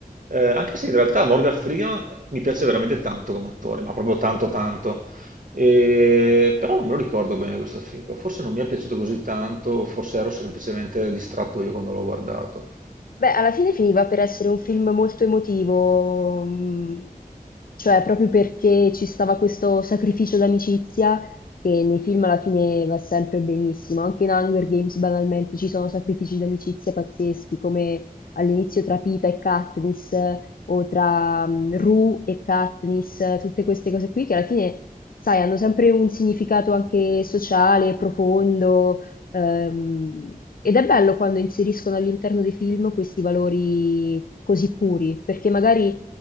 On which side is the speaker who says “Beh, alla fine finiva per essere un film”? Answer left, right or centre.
Left